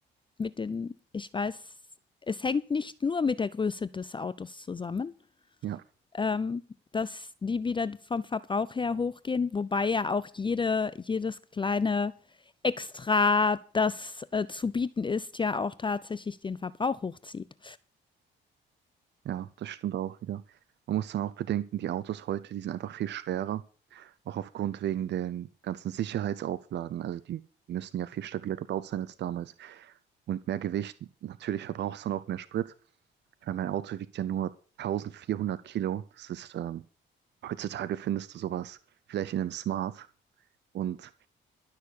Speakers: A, on the left (about 25°); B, on the right (about 60°).
A: mit den ich weiß, es hängt nicht nur mit der Größe des Autos zusammen.
B: Ja,
A: ähm, dass die wieder vom Verbrauch her hochgehen, wobei ja auch jede, jedes kleine Extra, das äh, zu bieten ist, ja auch tatsächlich den Verbrauch hochzieht.
B: ja, das stimmt auch wieder. Man muss dann auch bedenken, die Autos heute, die sind einfach viel schwerer, auch aufgrund wegen den ganzen Sicherheitsauflagen. Also die müssen ja viel stabiler gebaut sein als damals. Und mehr Gewicht, natürlich verbraucht es dann auch mehr Sprit. Ich meine, mein Auto wiegt ja nur 1400 Kilo. Das ist, ähm, heutzutage findest du sowas vielleicht in einem Smart. Und